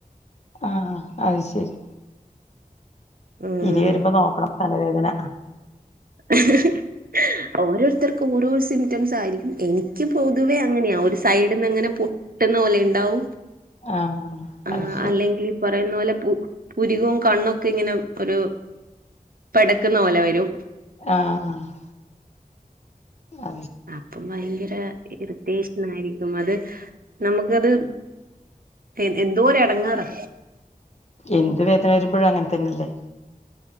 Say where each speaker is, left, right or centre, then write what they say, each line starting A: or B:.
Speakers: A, on the left (about 45°); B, on the right (about 70°).
A: ആഹ് അഹ്ശരി
B: ഉം
A: ഇനിവരുമ്പോനോക്കണം തലവേദന
B: <unintelligible> ഓരോരുത്തർക്ക് ഓരോ സിംറ്റംസായിരിക്കും എനിക്ക് പൊതുവേ അങ്ങനെയാ ഒരുസൈഡിന്ന് അങ്ങനെ പൊ ട്ട്ന്ന പോലെ ഇണ്ടാവും
A: ആഹ്
B: ആഹ്
A: അത് ശരി
B: അല്ലെങ്കിൽ ഈപറയുന്നപോലെ പു പുരികും കണ്ണൊക്കിങ്ങനെ ഒരു പെടക്ക്ന്ന പോലെവരും
A: ആഹ് ആഹ് അഹ്
B: അപ്പം ഭയങ്കര ഇറിറ്റെശനായിരിക്കും അത് നമ്മക്കത് എൻ എന്തോര് എടങ്ങേറാ
A: എന്ത് വേദനവരുമ്പഴും അങ്ങൻതന്നെല്ലേ